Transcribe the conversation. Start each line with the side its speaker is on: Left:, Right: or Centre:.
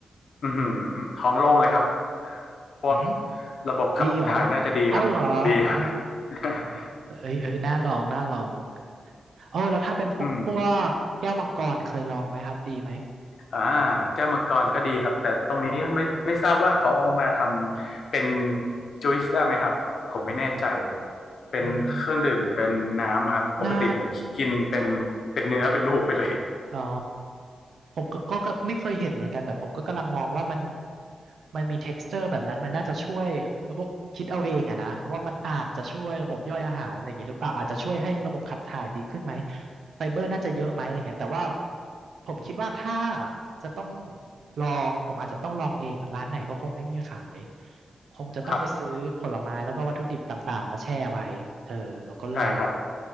Left: อือหือท้องโล่งเลยครับพวก
Right: หืม
Left: ระบบขับถ่ายน่าจะดีครับดีครับ
Right: ดีเหรอเอาเหรอเออ
Left: <laughs>
Right: เอ้ยเอ้ยน่าลองน่าลองเออแล้วถ้าเป็นพวกพวกแก้วมังกรเคยลองไหมครับดีไหม
Left: อืม อ่าแก้วมังกรก็ดีครับแต่ตรงนี้ไม่ไม่ทราบว่าเขาเอามาทำเป็นจูซได้ไหมครับผมไม่แน่ใจเป็นเครื่องดื่มเป็นน้ำอะครับปกติผมกินเป็นเป็นเนื้อเป็นลูกไปเลย
Right: อืมน่า อ๋อผมก็ก็ก็ไม่เคยเห็นเหมือนกันแต่ผมก็กำลังมองว่ามันมันมี texture แบบนั้นมันน่าจะช่วยระบบคิดเอาเองอะนะว่ามันอาจจะช่วยระบบย่อยอาหารอะไรอย่างงี้หรือเปล่าอาจจะช่วยให้ระบบขับถ่ายดีขึ้นไหมไฟเบอร์น่าจะเยอะไหมอะไรเงี้ยแต่ว่าผมคิดว่าถ้าจะต้องลองผมอาจจะต้องลองเองอะร้านไหนก็คงไม่มีขายคงจะต้องไปซื้อผลไม้แล้วก็วัตถุดิบต่างๆมาแช่ไว้เออแล้วก็ลอง
Left: ครับ ใช่ครับ